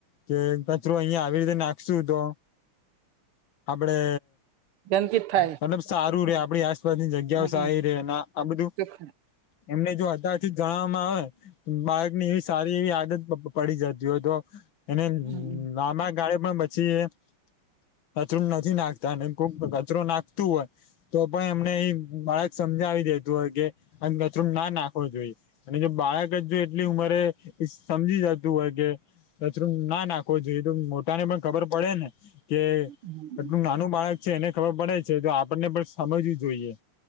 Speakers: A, on the left (about 65°); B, on the right (about 80°).
A: કે કચ અહિયા આવી રીતે નાખશુ તો આપણે
B: ગંદકી થાય
A: મતલબ સારું રે આપણે આસપાસની જગ્યાઓ
B: હમ
A: સારી
B: હમ
A: રે આ બધું
B: ચોખ્ખા
A: એમને જો અત્યારથી જ જણાવવામાં આવે બાળક ની એવી સારી એવી આદત પડી જતી હોય તો એને
B: હમ હમ
A: લાંબાગાળે પણ પછી એ કચરો નથી નાખતા અને કોક કચરો નાખતું હોય તો પણ એમને એ બાળક સમજાવી દેતું હોય કે આ કચરું ના નાખવો જોઈએ. અને જો બાળક જ જો એટલી ઉંમરે સમજી જતી હોય કે કચરું ના નાખવો જોઈએ તો મોટા ને પણ ખબર પડે ને! કે
B: હમ
A: કેટલું નાનું બાળક છે એને ખબર પડે છે તો આપણને પણ સમજવું જોઈએ.